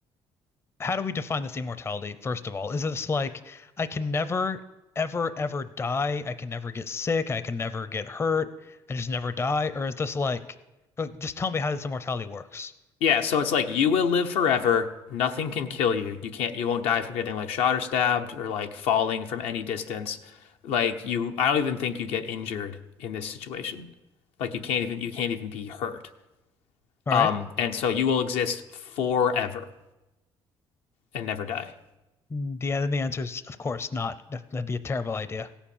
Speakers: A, on the left; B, on the left.
A: how do we define this immortality, first of all? Is this like I can never, ever, ever die? I can never get sick. I can never get hurt. I just never die? Or is this like, like, just tell me how this immortality works?
B: Yeah, so it's like you will live forever. Nothing can kill you. You can't, you won't die from getting like shot or stabbed or like falling from any distance. Like you, I don't even think you get injured in this situation. Like you can't even, you can't even be hurt.
A: All
B: Um,
A: right.
B: and so you will exist forever and never die.
A: The end the answer is, of course, not. That'd be a terrible idea.